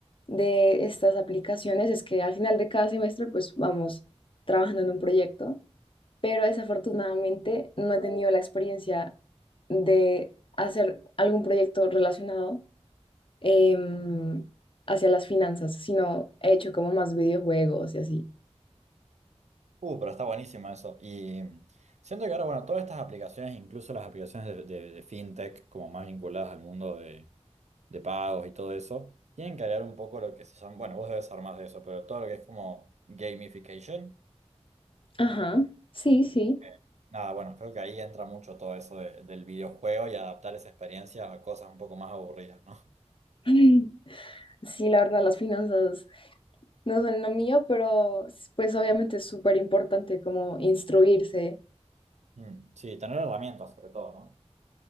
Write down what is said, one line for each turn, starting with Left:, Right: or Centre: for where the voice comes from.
Left: de estas aplicaciones es que al final de cada semestre pues vamos trabajando en un proyecto, pero desafortunadamente no he tenido la experiencia de hacer algún proyecto relacionado em, hacia las finanzas, sino he hecho como más videojuegos y así.
Right: Uh, pero está buenísimo eso. Y siento que ahora, bueno, todas estas aplicaciones, incluso las aplicaciones de, de- de fintech, como más vinculadas al mundo de pagos y todo eso, tienen que crear un poco lo que se llama, bueno, vos debes saber más de eso, pero todo lo que es como gamification.
Left: Ajá, sí, sí.
Right: eh,
Left: <clears throat>
Right: Nada, bueno, creo que ahí entra mucho todo eso de- del videojuego y adaptar esa experiencia a cosas un poco más aburridas, ¿no?
Left: <laughs> Sí, la verdad, las finanzas no son lo mío, pero s- pues obviamente es súper importante como instruirse
Right: Mm, sí, tener herramientas sobre todo, ¿no?